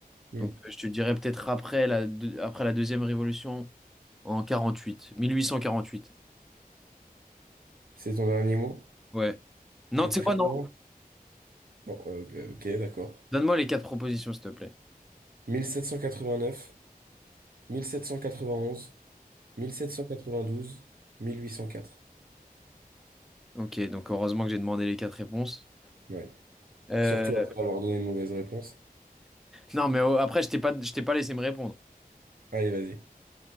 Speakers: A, on the right (about 70°); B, in the centre.
A: Mm.
B: Donc, euh, je te dirais peut-être après la, deux- après la deuxième révolution en 48, 1848.
A: C'est ton dernier mot?
B: Ouais. Non,
A: T'es
B: tu
A: très
B: sais quoi, non.
A: loin? Bon, euh, ok, ok, d'accord.
B: Donne-moi les quatre propositions, s'il te plaît.
A: 1789, mille mille mille sept sept cent cent quatre-vingt-onze quatre-vingt-douze mille huit cent quatre
B: Ok, donc heureusement que j'ai demandé les quatre réponses.
A: Ouais.
B: Euh,
A: Surtout après avoir donné une mauvaise réponse.
B: Non, mais oh, après, je t'ai pas, je t'ai pas laissé me répondre.
A: Allez, vas-y.